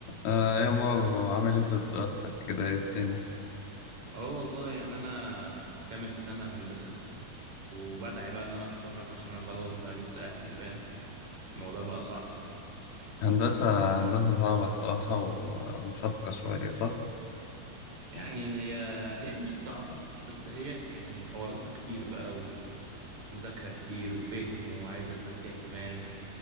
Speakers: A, on the left; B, on the right.
A: آه يا مارو عامل ايه في دراستك كده ايه الدنيا
B: اه والله يعني انا خامس سنة هندسة وبدعي بقى ان انا اتخرج عشان انا خلاص بقى جبت اخري فاهم الموضوع بقى صعب
A: هندسة هندسة صعبة الصراحة و- وشاقة شوية صح؟
B: يعني هي هي مش صعبة بس هي يعني حواراتها كتير بقى ومذاكرة كتير وفهم وعايزة تفتيح دماغ